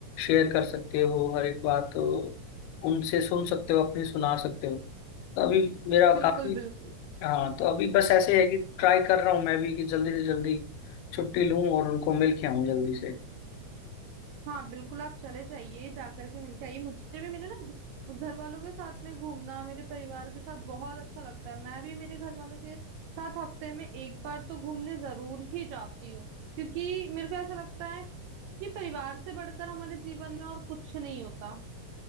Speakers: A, on the left; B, on the right.
A: शेयर कर सकते हो हर एक बात अ, उनसे सुन सकते हो अपनी सुना सकते हो तो अभी मेरा
B: बिल्कुल
A: काफी
B: बिल्कुल
A: हाँ तो अभी बस ऐसे है कि ट्राई कर रहा हूँ मैं भी कि जल्दी से जल्दी छुट्टी लूँ और उनको मिल के आऊँ जल्दी से
B: हाँ बिल्कुल आप चले जाइए जाकर के मिलके आइए मुझे भी मेरे ना घर वालों के साथ में घूमना मेरे परिवार के साथ बहुत अच्छा लगता है मैं भी मेरे घर वालों के साथ हफ्ते में एक बार तो घूमने जरूर ही जाती हूँ क्योंकि मेरे को ऐसा लगता है कि परिवार से बढ़कर हमारे जीवन में और कुछ नहीं होता